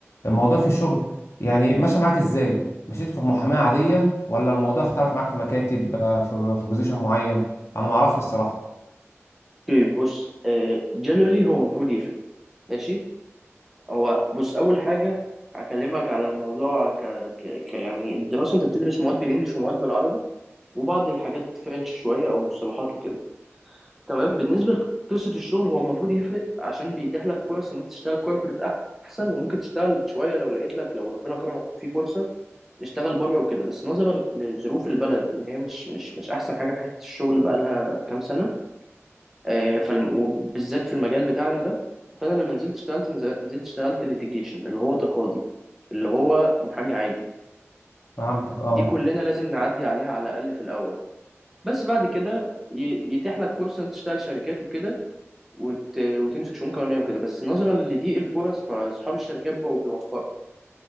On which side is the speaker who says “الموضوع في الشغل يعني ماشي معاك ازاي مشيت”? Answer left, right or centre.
Left